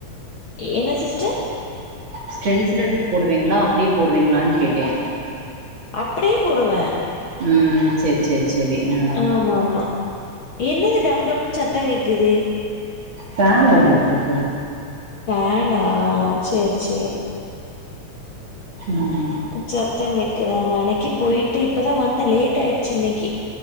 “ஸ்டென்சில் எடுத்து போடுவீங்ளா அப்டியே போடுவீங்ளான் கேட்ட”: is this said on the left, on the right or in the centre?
Right